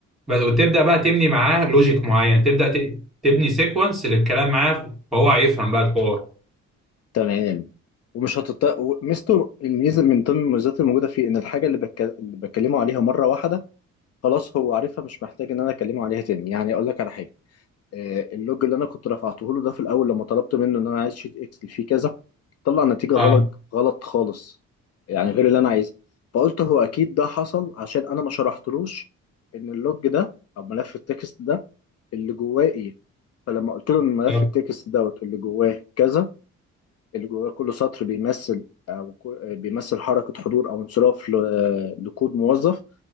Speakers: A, in the centre; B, on the left (about 55°).
A: بس وتبدا بقى تبني معاه لوجيك معين تبدا ت- تبني سيكونس للكلام معاه فهو هيفهم بقى الحوار
B: تمام ومش هتط... ميزته الميزه من ضمن المميزات الموجوده فيه ان الحاجه اللي, بتك... اللي بتكلمه عليها مره واحده خلاص هو عارفها مش محتاج ان انا اكلمه عليها تاني يعني اقول لك على حاجه آه، اللوج اللي انا كنت رفعته له ده في الاول لما طلبت منه ان انا عايز شيت اكسل فيه كذا طلع نتيجه
A: اه
B: غلط غلط خالص يعني غير اللي انا عايزها فقلت هو اكيد ده حصل عشان انا ما شرحتلوش ان اللوج ده او ملف التكست ده اللي جواه ايه فلما قلت له ان ملف
A: يب.
B: التكست دوت اللي جواه كذا اللي جواه كل سطر بيمثل أو كو- بيمثل حركة حضور أو انصراف ل- لكود موظف